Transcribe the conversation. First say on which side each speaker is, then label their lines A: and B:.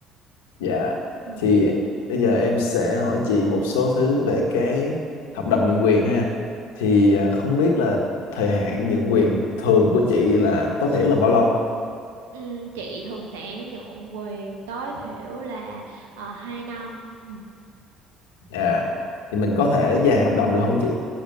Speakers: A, on the left; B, on the right.
A: dạ
B: Ừ.
A: thì bây giờ em sẽ hỏi chị một số thứ về cái hợp đồng nhượng quyền ha thì à, không biết là thời hạn nhượng quyền thường của chị là tối thiểu là bao lâu
B: Ừ, chị thường sẽ nhượng quyền tối thiểu là uh, 2 năm. Ừ.
A: dạ thì mình có thể dài hợp đồng được không chị